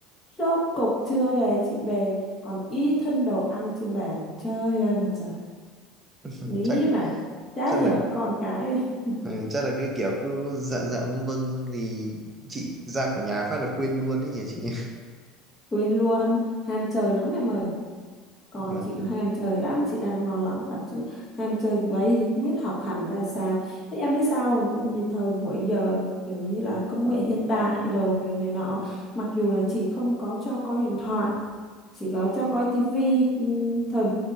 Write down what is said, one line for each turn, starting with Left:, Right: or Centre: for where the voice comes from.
Left: rốt cục trưa về chị về còn ý thân đồ ăn trên bàn trời ơi là trời
Right: <laughs>
Left: nghĩ
Right: Chắc
Left: mà chả
Right: chắc là
Left: hiểu cái con cái <laughs>
Right: ừ, chắc là cái kiểu cứ dạ dạ vâng vâng xong thì chị ra khỏi nhà phát là quên luôn đấy nhỉ chị. <laughs>
Left: quên luôn ham chơi lắm em ơi con
Right: Mà
Left: chị nó ham chơi lắm chị đang lo lắng lắm chứ ham chơi vậy thì không biết học hành ra sao thế em biết sao không tại vì thời buổi giờ kiểu như là công nghệ hiện đại rồi này nọ mặc dù là chị không có cho coi điện thoại chỉ có cho coi tivi thời